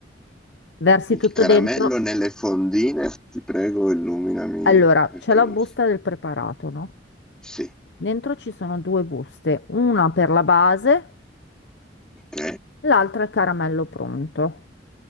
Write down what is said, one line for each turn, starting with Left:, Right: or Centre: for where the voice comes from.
Left: versi
Centre: Il
Left: tutto
Centre: caramello
Left: dentro.
Centre: nelle fondine, ti prego, illuminami
Left: Allora,
Centre: perché
Left: c'è la
Centre: non
Left: busta
Centre: so.
Left: del preparato, no?
Centre: Sì,
Left: Dentro ci sono due buste, una per la base,
Centre: ok.
Left: l'altra è il caramello pronto.